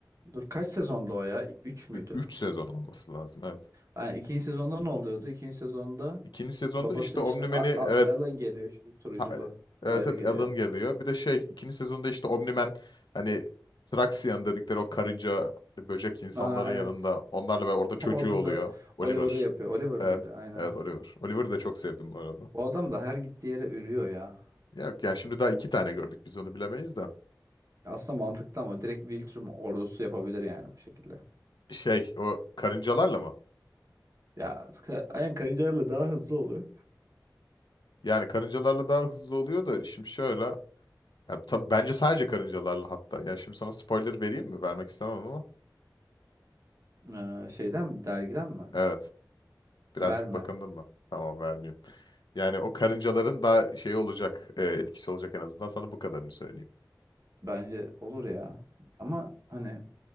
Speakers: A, on the right (about 45°); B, on the left (about 85°).
A: Dur kaç sezonda o ya? 3 müydü?
B: üç sezon olması lazım evet.
A: Ha, ikinci sezonda ne oluyordu? İkinci sezonda
B: İkinci sezonda
A: babası
B: işte
A: işte
B: Omni-Man'i
A: A-
B: evet
A: A- Alan geliyor. Şu turunculu
B: ha-
A: uzaylı
B: evet, evet
A: geliyor.
B: Alan geliyor. Bir de şey ikinci sezonda işte Omni-Man hani Traxian dedikleri o karınca hani böcek insanların
A: Ha evet.
B: yanında onlarla ve orada
A: <laughs>
B: çocuğu
A: Orada
B: oluyor.
A: da
B: Oliver.
A: Oliver'ı yapıyor. Oliver mıydı?
B: Evet.
A: Aynen.
B: Evet Oliver. Oliver'ı da çok sevdim bu arada.
A: Bu adam da her gittiği yere ürüyor ya.
B: Yok yani şimdi daha iki tane gördük biz onu bilemeyiz de.
A: Ya Aslında mantıklı ama direkt Viltrum ordusu yapabilir yani bu şekilde.
B: Şey o karıncalarla mı?
A: Ya ka- aynen karıncalarla daha hızlı oluyor.
B: Yani karıncalarla daha hızlı oluyor da şimdi şöyle. Ya tabii bence sadece karıncalarla hatta. Yani şimdi sana spoiler vereyim mi? Vermek istemem ama.
A: Ee, şeyden mi dergiden mi?
B: Evet. Birazcık
A: Verme.
B: bakındım mı? Tamam vermeyeyim. Yani o karıncaların daha şey olacak, e, etkisi olacak en azından sana bu kadarını söyleyeyim.
A: Bence olur ya. Ama hani